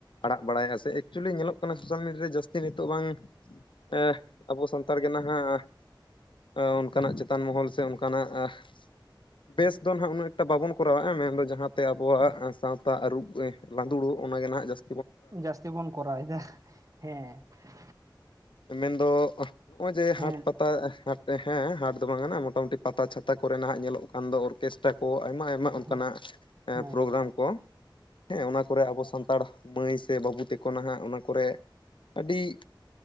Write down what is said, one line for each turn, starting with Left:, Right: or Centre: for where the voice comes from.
Left: ᱟᱲᱟᱜ ᱵᱟᱲᱟᱭᱮᱫᱼᱟ ᱥᱮ ᱮᱠᱪᱩᱞᱮᱞᱤ ᱧᱮᱞᱚᱜ ᱠᱟᱱᱟ ᱥᱳᱥᱟᱞ ᱢᱤᱰᱤᱭᱟ ᱨᱮ ᱡᱟᱹᱥᱛᱤ ᱱᱤᱛᱚᱜ ᱵᱟᱝᱼᱼ ᱮᱸᱜ, ᱟᱵᱚ ᱥᱟᱱᱛᱟᱲ ᱜᱮ ᱱᱟᱦᱟᱜᱼᱼ ᱱᱚᱜᱼᱚ ᱱᱠᱟᱱᱟᱜ ᱪᱮᱛᱟᱱ ᱢᱚᱦᱚᱞ ᱥᱮ ᱚᱱᱠᱟᱱᱟᱜ ᱟᱸᱜᱼᱼ
Right: <unintelligible>
Left: ᱵᱮᱥ ᱫᱚ ᱱᱟᱦᱟᱜ ᱩᱱᱟᱹᱜ ᱮᱠᱴᱟ ᱵᱟᱵᱚᱱ ᱠᱚᱨᱟᱣᱮᱫᱼᱟ, ᱢᱮᱱᱫᱚ ᱡᱟᱦᱟᱸᱛᱮ ᱟᱵᱚᱣᱟᱜ ᱥᱟᱶᱛᱟ ᱟᱹᱨᱩᱵ ᱮᱜ ᱞᱟᱸᱫᱩᱲᱚᱜᱼᱼ ᱚᱱᱟ ᱜᱮ ᱱᱟᱜ ᱡᱟᱹᱥᱼᱼ
Right: ᱡᱟᱹᱥᱛᱤ ᱵᱚᱱ ᱠᱚᱨᱟᱣ ᱮᱫᱟ, ᱦᱮᱸᱼᱼ
Left: ᱢᱮᱱᱫᱚ, ᱱᱚᱜᱼᱚᱭ ᱡᱮ ᱦᱟᱴ
Right: ᱦᱮᱸ
Left: ᱯᱟᱛᱼᱼ ᱯᱟᱛᱟ ᱦᱟᱴ, ᱦᱮᱸ ᱦᱟᱴ ᱫᱚ ᱵᱟᱝᱟ ᱱᱟᱜ ᱢᱚᱴᱟᱢᱩᱴᱤ ᱯᱟᱛᱟ ᱪᱷᱟᱛᱟ ᱠᱚ ᱨᱮᱱᱟᱜ ᱧᱮᱞᱚᱜ ᱠᱟᱱ ᱫᱚ ᱚᱨᱠᱮᱥᱴᱨᱟ ᱠᱚ ᱟᱭᱢᱟ ᱟᱭᱢᱟᱼᱼ ᱱᱚᱜᱼᱚ ᱱᱠᱟᱱᱟᱜ
Right: ᱦᱮᱸ
Left: ᱮᱸ
Right: ᱦᱮᱸ
Left: ᱯᱨᱳᱜᱨᱟᱢ ᱠᱚ, ᱦᱮᱸ ᱚᱱᱟ ᱠᱚᱨᱮ ᱟᱵᱚᱼᱼ ᱥᱟᱱᱛᱟᱲ ᱢᱟᱹᱭ ᱥᱮ ᱵᱟᱹᱵᱩ ᱛᱟᱠᱚ ᱱᱟᱦᱟᱜ ᱚᱱᱟ ᱠᱚᱨᱮ ᱟᱹᱰᱤᱼᱼ